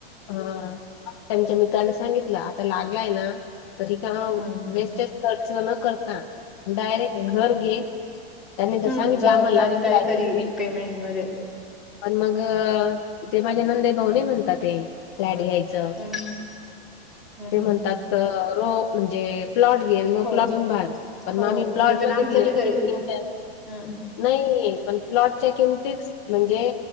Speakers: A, on the left (about 25°); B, in the centre.
A: हा त्यांच्या मित्राने सांगितल आता लागलाय ना. तरी का <unintelligible>
B: हम्म.
A: बेस्ट खर्च न करता डायरेक्ट घर घे त्यांनी तर
B: हम्म
A: सांगितल
B: जबाबदारी
A: आम्हाला. फ्लॅटच
B: काहीतरी पेमेंट मध्ये
A: पण मग इथे माझ्या नंदे भाऊ नाही म्हणतात ते. फ्लॅट घ्यायच
B: हम्म हम्म
A: ते म्हणतात,
B: हम्म.
A: रो म्हणजे प्लॉट घे मग
B: हो
A: प्लॉट घेऊन बांध. पण
B: हो
A: मग आम्ही प्लॉट
B: हे पण
A: बघितले,
B: आमचं बी घरी
A: इंटर
B: हम्म
A: नाही पण प्लॉटच्या किमतीच म्हणजे,